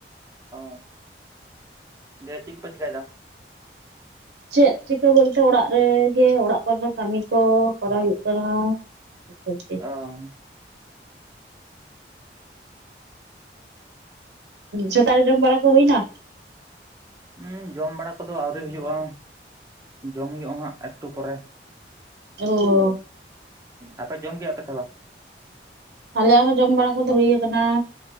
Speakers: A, on the right; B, on the right.
A: ᱚ ᱫᱤᱭᱮ ᱪᱮᱫ ᱠᱚ ᱯᱮ ᱪᱤᱠᱟᱹᱭᱮᱫᱟ
B: ᱪᱮᱫ ᱪᱤᱠᱟᱹ ᱵᱚᱞᱛᱮ ᱚᱲᱟᱜ ᱨᱮ ᱜᱮ ᱚᱲᱟᱜ ᱠᱚᱨᱮ ᱠᱟᱹᱢᱤ ᱠᱚ ᱠᱚᱨᱟᱣ ᱦᱩᱭᱩᱜ ᱠᱟᱱᱟ <unintelligible>
A: ᱚ
B: ᱥᱮᱛᱟᱜ ᱨᱮ ᱡᱚᱢ ᱵᱟᱲᱟ ᱠᱚ ᱦᱩᱭᱱᱟ
A: ᱦᱩᱸ ᱡᱚᱢ ᱵᱟᱲᱟ ᱠᱚᱫᱚ ᱟᱹᱣᱨᱤ ᱦᱩᱭᱩᱜᱼᱟ ᱡᱚᱢ ᱦᱩᱭᱩᱜᱼᱟ ᱦᱟᱸᱜ ᱮᱠᱴᱩ ᱯᱚᱨᱮ
B: ᱚᱻ
A: ᱟᱯᱮ ᱡᱚᱢ ᱠᱮᱜ ᱟᱯᱮ ᱥᱮ ᱵᱟᱝ
B: ᱟᱞᱮᱭᱟᱜ ᱦᱚᱸ ᱡᱚᱢ ᱵᱟᱲᱟ ᱠᱚᱫᱚ ᱦᱩᱭ ᱠᱟᱱᱟ